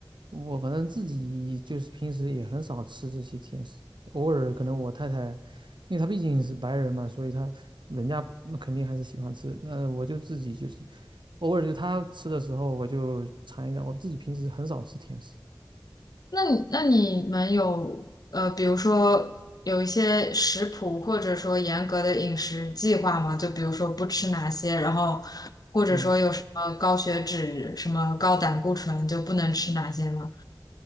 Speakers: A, on the right; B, on the left.
A: 我，反正自己就是平时也很少吃这些甜食，偶尔可能我太太，因为她毕竟是白人嘛，所以她人家肯定还是喜欢吃。那我就自己就是偶尔就她吃的时候，我就尝一下。我自己平时很少吃甜食。
B: 那你那你们有呃，比如说有一些食谱或者说严格的饮食计划吗？就比如说不吃哪些，然后或者说有什么高血脂、
A: 嗯，
B: 什么高胆固醇就不能吃哪些吗？